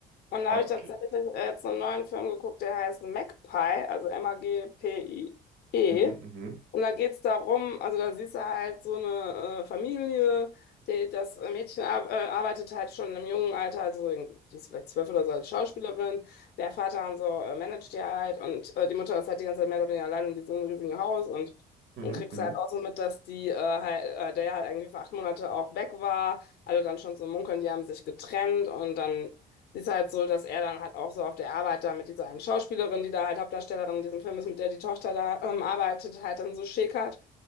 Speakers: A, on the left (about 70°); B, on the right (about 65°).
A: Und da
B: Ah,
A: habe ich
B: okay.
A: tatsächlich äh, jetzt einen neuen Film geguckt, der heißt Magpie, also M-A-G-P-I-E.
B: Mhm, mhm,
A: Und da geht's darum, also da siehst du halt so eine äh, Familie, die, das Mädchen ar äh, arbeitet halt schon im jungen Alter, also irgendwie, die ist vielleicht zwölf oder so als Schauspielerin. Der Vater und so äh, managt die halt und äh, die Mutter ist halt die ganze Zeit mehr oder weniger allein in diesem riesigen Haus und
B: mhm,
A: Und kriegst
B: mhm.
A: halt auch so mit, dass die, äh, halt, äh, der ja halt irgendwie für acht Monate auch weg war. Alle dann schon so munkeln, die haben sich getrennt und dann ist halt so, dass er dann halt auch so auf der Arbeit da mit dieser einen Schauspielerin, die da halt Hauptdarstellerin in diesem Film ist, mit der die Tochter da ähm, arbeitet, halt dann so schäkert.